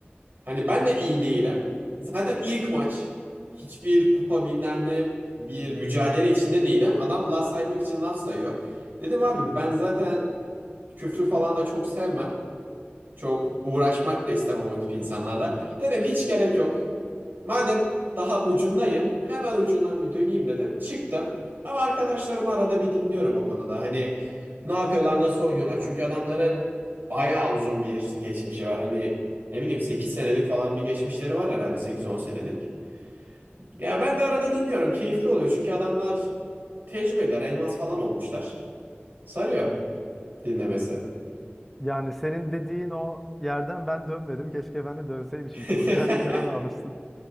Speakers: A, on the right; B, in the centre.
A: Hani ben de iyi değilim. Zaten ilk maç. Hiçbir kupa bilmem ne bir mücadele içinde değilim. Adam laf saymak için laf sayıyor. Dedim abi ben zaten Küfrü falan da çok sevmem. Çok uğraşmak da istemem o tip insanlarla. Dedim hiç gerek yok. Madem daha ucundayım, hemen ucundan bir döneyim dedim. Çıktım. Ama arkadaşlarımı arada bir dinliyorum o konuda. Hani ne yapıyorlar, nasıl oynuyorlar? Çünkü adamların bayağı uzun bir geçmişi var. Hani ne bileyim 8 senelik falan bir geçmişleri var herhalde sekiz on senelik. Ya ben de arada dinliyorum. Keyifli oluyor çünkü adamlar tecrübeliler, elmas falan olmuşlar. Sarıyor dinlemesi.
B: Yani senin dediğin o yerden ben dönmedim. Keşke ben de dönseymişim. Çok
A: <laughs>
B: güzel bir karar almışsın.